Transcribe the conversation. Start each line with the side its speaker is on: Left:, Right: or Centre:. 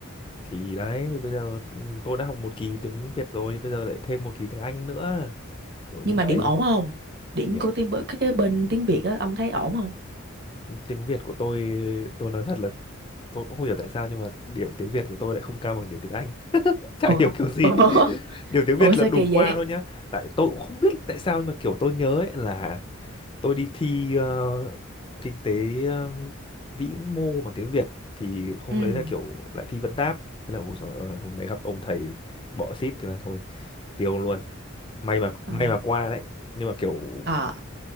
Left: thì đấy bây bây giờ ừ, tôi đã học một kỳ tiếng Việt rồi bây giờ lại thêm một kỳ tiếng Anh nữa kiểu như
Right: nhưng
Left: vậy
Right: mà điểm ổn không điểm
Left: điểm
Right: của tiếng bữa- cái cái bên tiếng Việt á ông thấy ổn không
Left: tiếng Việt của tôi tôi nói thật là tôi cũng không hiểu tại sao nhưng mà điểm tiếng Việt của tôi lại không cao bằng điểm tiếng Anh <laughs> chả
Right: ủa
Left: hiểu kiểu gì
Right: ủa
Left: điều tiếng Việt
Right: ủa sao
Left: là đủ
Right: kỳ
Left: qua
Right: vậy
Left: thôi nhá tại tôi cũng không biết là tại sao nhưng mà kiểu tôi nhớ ấy là tôi đi thi ờ, kinh tế ờ, vĩ mô bằng tiếng Việt thì hôm
Right: Ừ.
Left: đấy là kiểu lại thi vấn đáp thế là ôi giời ơi, hôm đấy gặp ông thầy bọ xít thì là thôi tiêu luôn may mà
Right: Ờ.
Left: may mà qua đấy nhưng mà kiểu
Right: Ờ,